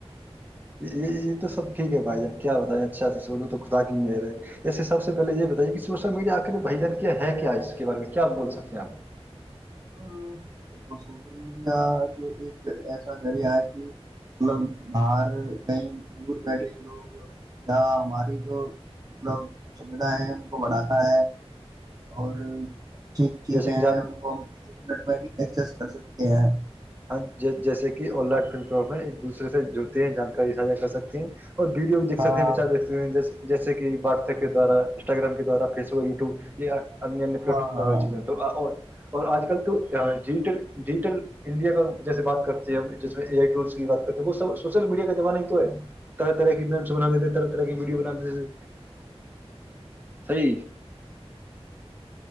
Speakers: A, on the right; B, on the right.
A: یہ یہ تو سب ٹھیک ہے بھائی جان کیا بتائیں اچھا سے سولو تو خدا کی م ہے ایسے سب سے پہلے یہ بتائیے کہ سوشل میڈیا کے بھائی جان کیا ہے کیا اس کے بارے میں کیا بول سکتے ہیں آپ
B: ہ دیکھو سوشل میڈیا جو ایک ایسا ذریعہ ہے کہ مطلب باہر کہیں دور بیٹھے لوگ یا ہماری جو مطلب سویدھا ہے ان کو بڑھاتا ہے اور ھیک چییک
A: جیسے
B: ہے
A: کہ جان
B: ہیں ہم کو ایک منٹ میں بھی ایکسس کر سکتے ہیں
A: ہاں جیسے کہ ا ایک دوسرے سے جڑتے ہیں جانکاری ساھا کر سکتی ہیں اور ویڈیو بھی دیک
B: ہاں
A: ستے ہیں بچار دیک ستے ہیں جس جیسے کہ واٹس ایپ کے دوارا انسٹاگرام کے دوارا فیس بک یوٹیوب یہ ایہ انیہ پلیٹ
B: ہاں
A: فارم
B: ہاں
A: وغیرہل تو اور آج کل توٹل ڈجٹل انڈیا کا جیسے بات کرتے ہیں جس میں ایک ٹولز کی بات کرتے ہیں وہ سوشل میڈیا کا جوان ہی تو ہے کہ میں بناتے تھے طر طرح کی وی بناتے تھے صحیح